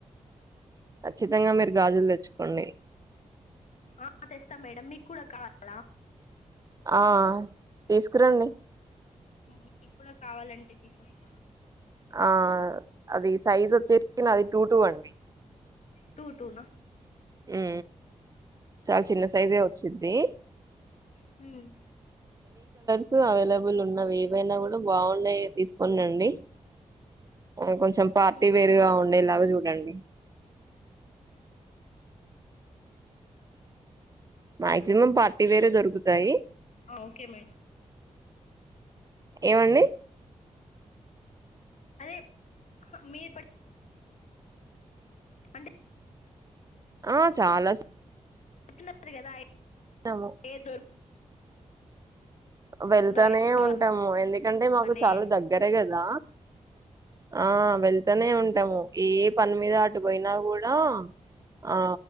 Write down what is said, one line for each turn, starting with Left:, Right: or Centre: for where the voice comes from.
Right: ఖచ్చితంగ మీరు గాజులు తెచ్చుకోండి
Left: ఆ తెస్తాం మేడం మీకు కూడ కావాల
Right: ఆ తీసుకురండి
Left: మీకు కూడ కావాలంటె తీస్ వస్త
Right: ఆ అది సైజ్ వచ్చేసి నాది టూ టూ అండి
Left: టూ టూ నా
Right: ఎ చాల చిన్న సైజే వచ్చింది ది
Left: హుమ్
Right: కు అవైలబ లు ఉన్నా ఏవైనా కూడ బాగున్నాయి ఉండండి అ ఎ కొంచెం పార్టీ
Left: మ్మ్
Right: వేర్ గా ఉండేలాగ చూ తాండి మాక్సిమం పార్టీ వేరే దొరుకుతయి
Left: ఓకే మయ్
Right: ఏమండి
Left: అదే మీరు పట్ అంటె
Right: అ చాల
Left: టున్నారు కదా
Right: ము
Left: ఏ దొరు
Right: వెళ్తానే
Left: ఏంటో
Right: ఉంటాము ఎందుకంటే మాకు
Left: అని
Right: చాల దగ్గరే కదా ఆ వెళ్తనే ఉంటాము ఏ పని మీద అటుపోయినా కూడా ఆ